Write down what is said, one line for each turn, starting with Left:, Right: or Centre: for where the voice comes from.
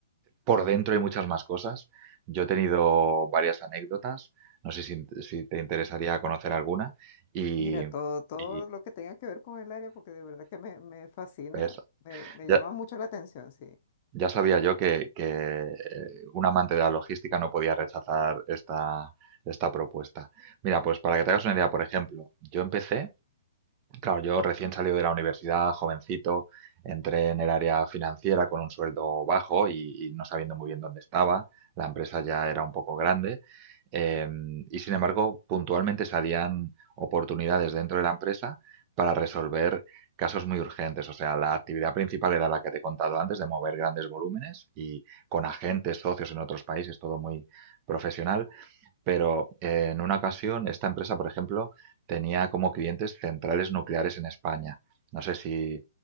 Right: por dentro hay muchas más cosas. Yo he tenido varias anécdotas, no sé si, si te interesaría conocer alguna. Y,
Left: Mira, todo, todo
Right: y
Left: lo que tenga que ver con el área, porque de verdad que me, me fascina,
Right: ves,
Left: me, me llama
Right: ya,
Left: mucho la atención, sí.
Right: ya sabía yo que, que, eh, un amante de la logística no podía rechazar esta, esta propuesta. Mira, pues para que te hagas una idea, por ejemplo, yo empecé Claro, yo recién salido de la universidad, jovencito, entré en el área financiera con un sueldo bajo y, y no sabiendo muy bien dónde estaba. La empresa ya era un poco grande. em, y sin embargo, puntualmente salían oportunidades dentro de la empresa para resolver casos muy urgentes. O sea, la actividad principal era la que te he contado antes, de mover grandes volúmenes y con agentes, socios en otros países, todo muy profesional. Pero eh, en una ocasión, esta empresa, por ejemplo, tenía como clientes centrales nucleares en España. No sé si